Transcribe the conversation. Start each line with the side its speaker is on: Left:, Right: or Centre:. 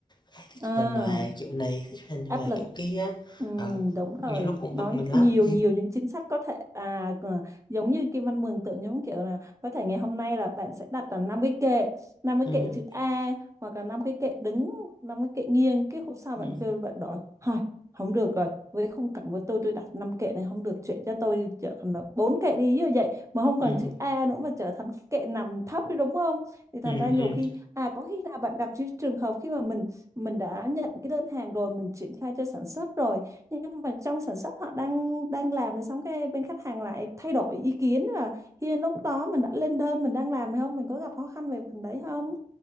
Left: hay thích
Right: à.
Left: huề hoài kiểu này, thích huề hoài
Right: áp lực
Left: kiểu kia á.
Right: Ừm,
Left: Ờ,
Right: đúng rồi
Left: nhiều lúc cũng
Right: nó
Left: bực mình lắm.
Right: nhiều nhiều những chính sách có thể à cờ- giống như Kim Anh mường tượng giống kiểu là có thể ngày hôm nay là bạn sẽ đặt là năm cái kệ năm cái
Left: Ừm,
Right: kệ chữ A hoặc là năm cái kệ đứng năm cái kệ nghiêng cái hôm sau
Left: ừm,
Right: bạn kêu bạn đổi thôi không được rồi với khung cảnh của tôi tôi đặt năm kệ này không được chuyện cho tôi đi trở thành là bốn kệ đi như vậy mà không còn
Left: ừm,
Right: chữ A nữa mà trở thành cái kệ nằm thấp đi đúng không thì thành
Left: ừm,
Right: ra nhiều
Left: ừm.
Right: khi à có khi là bạn gặp cái trường hợp khi mà mình mình đã nhận cái đơn hàng rồi mình triển khai cho sản xuất rồi nhưng mà trong sản xuất họ đang đang làm rồi xong cái bên khách hàng lại thay đổi ý kiến là hiện lúc đó mình đã lên đơn mình đang làm rồi không mình có gặp khó khăn về phần đấy không